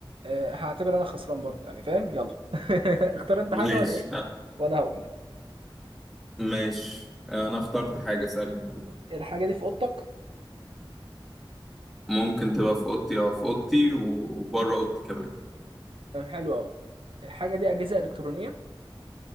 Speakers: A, on the right; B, in the centre.
A: آه هعتبر انا خسران برضه يعني فاهم يلا <laughs> اختار انت
B: ماشي
A: حاجه وانا ايه
B: آه.
A: وانا هقول يلا
B: ماشي انا اخترت حاجة سهلة يلا
A: الحاجه دي في اوضتك
B: ممكن تبقى في اوضتي اه في اوضتي وبره اوضتي كمان
A: آه، حلو قوي الحاجه دي اجهزه الكترونيه